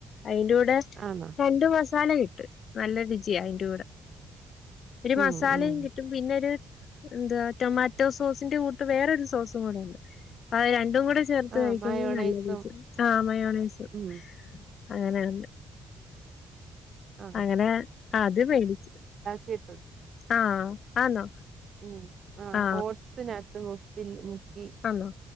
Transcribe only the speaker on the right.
ആന്നോ?
ഉം
ഉം
ആഹ്
മയോണൈസും
ഉം
ആഹ്
കേട്ടുണ്ട്
ഉം ആഹ്
ഓട്സിനകത്ത് മുത്തിൽ മുക്കി